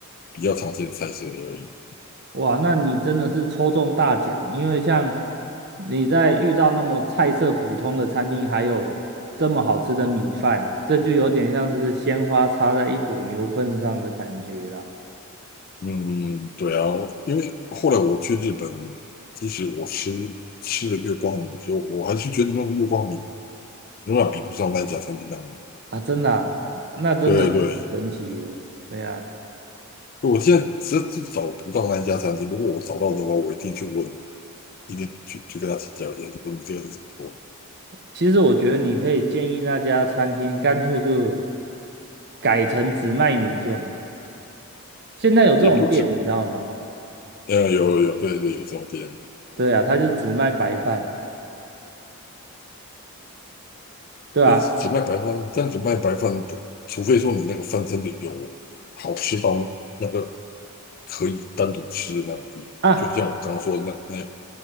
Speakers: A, on the left; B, on the right.
A: 比较常见的菜色而已。
B: 哇，那你真的是抽中大奖，因为像你在遇到那么菜色普通的餐厅，还有这么好吃的米饭，这就有点像是鲜花插在一朵牛粪上的感觉啦。
A: 嗯，对啊，因为后来我去日本，即使我吃吃了月光米，就我还是觉得那个月光米永远比不上那一家餐厅的米。
B: 啊，真的啊那真的有点神奇了，
A: 对对，
B: 对呀。
A: 我现在实在是找不到那一家餐厅，如果我找到的话，我一定去问，一定去去跟他请教一下，说你这个是怎么做，
B: 其实我觉得你可以建议那家餐厅干脆就改成只卖米就好了。现在有这种店，
A: 也不止，
B: 你知道吗？
A: 呃，有有有，对对，有这种店。
B: 对啊，他就只卖白饭，对啊
A: 就是只卖白饭，但只卖白饭的，除非说你那个饭真的有好吃到那个可以单独吃的那种地步，
B: 啊，
A: 就像我刚刚说的那那